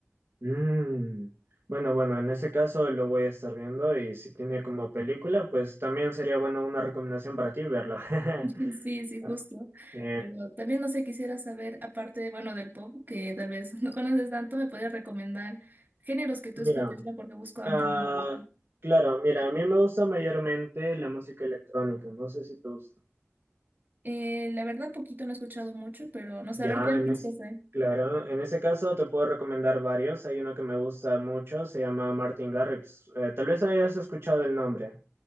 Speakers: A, on the right (about 55°); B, on the right (about 40°).
A: Mm, Bueno, bueno, en ese caso lo voy a estar viendo y si tiene como película, pues también sería bueno una recomendación para ti verla. <laughs>
B: <laughs> Sí, sí,
A: Ah,
B: justo.
A: sí.
B: Pero también no sé, quisiera saber, aparte, bueno, del pop, que tal vez <laughs> no conoces tanto, me podrías recomendar géneros que tú
A: Mira.
B: escuches, ¿no? Porque busco ampliar
A: Ah,
B: mi gusto.
A: claro, mira, a mí me gusta mayormente la música electrónica, no sé si te gusta.
B: Eh, la verdad, poquito no he escuchado mucho, pero no sé,
A: Ya,
B: a ver qué artistas
A: en es
B: hay.
A: claro, en ese caso te puedo recomendar varios, hay uno que me gusta mucho, se llama Martin Garrix, Eh, tal vez hayas escuchado el nombre.